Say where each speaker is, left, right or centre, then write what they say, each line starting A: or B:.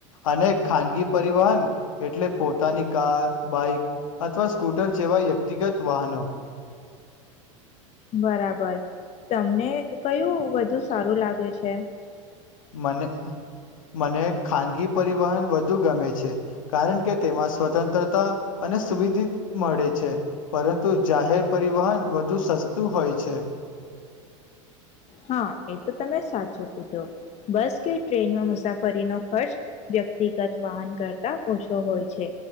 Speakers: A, on the left; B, on the left.
A: અને ખાનગી પરિવહન એટલે પોતાની કાર, બાઈક. અથવા સ્કૂટર જેવા વ્યક્તિગત વાહનો.
B: બરાબર તમને કયું વધુ સારું લાગે છે,
A: મને મને ખાનગી પરિવહન વધુ ગમે છે, કારણ કે તેમાં સ્વતંત્રતા અને સુવિધિત મળે છે પરંતુ જાહેર પરિવહન વધુ સસ્તું હોય છે.
B: હા, એ તો તમે સાચું કીધું બસ કે ટ્રેનમાં મુસાફરીનો ખર્ચ વ્યક્તિગત વાહન કરતા ઓછો હોય છે,